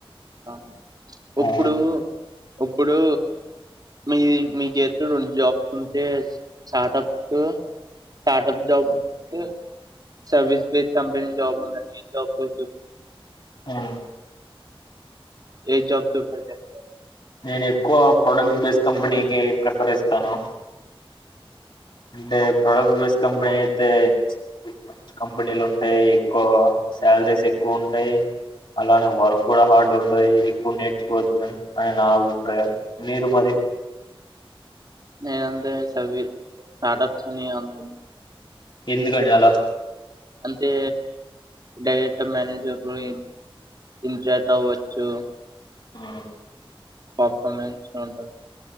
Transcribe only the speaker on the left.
ఆ
ఉమ్
నేనుక్కువ ప్రొడక్ట్ బేస్ కంపెనీకి ప్రిఫర్ ఇస్తాను అంటే ప్రొడక్ట్ బేస్ కంపెనీ అయితే మంచి కంపెనీలు ఉంటయ్ ఎక్కువ సాలరీస్ ఎక్కువ ఉంటయి అలానే వర్క్ గూడా హార్డ్ ఉండది ఎక్కువ నేర్చుకోవచ్చు అని నా అభిప్రాయం మీరు మరి
ఎందుకండి అలా
హ్మ్.